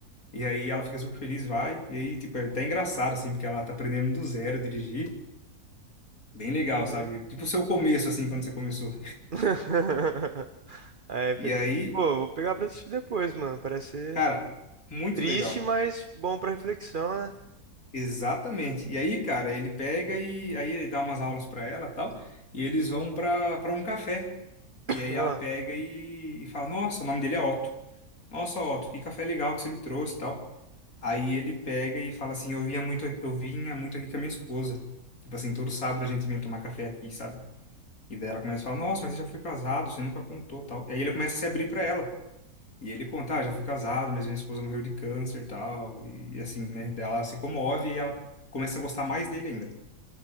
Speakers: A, on the left (about 60°); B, on the right (about 35°).
A: E aí ela fica super feliz, vai. E aí, tipo, é até engraçado assim, porque ela tá aprendendo do zero a dirigir. Bem legal,
B: uhum.
A: sabe? Tipo o seu começo assim, quando você começou.
B: <laughs> Aí,
A: E
B: pega...
A: aí,
B: Pô, vou pegar pra assistir depois, mano. Parece ser
A: cara, muito
B: triste,
A: legal.
B: mas bom pra reflexão, né?
A: Exatamente. E aí, cara, ele pega e aí ele dá umas aulas pra ela, tal, e eles vão pra para um café.
B: <coughs>
A: E aí ela
B: Ah,
A: pega e, e fala: "Nossa, o nome dele é Otto. Nossa, Otto, que café legal que você me trouxe", tal. Aí ele pega e fala assim: "Eu vinha muito, eu vinha muito aqui com a minha esposa. Tipo assim, todo sábado a gente vinha tomar café aqui, sabe?" E daí ela começa a falar: "Nossa, mas você já foi casado, você nunca contou", tal. E aí ele começa a se abrir pra ela. E ele conta, ah, já fui casado, mas minha esposa morreu de câncer e tal. E assim, né? Daí ela se comove e ela começa a gostar mais dele ainda.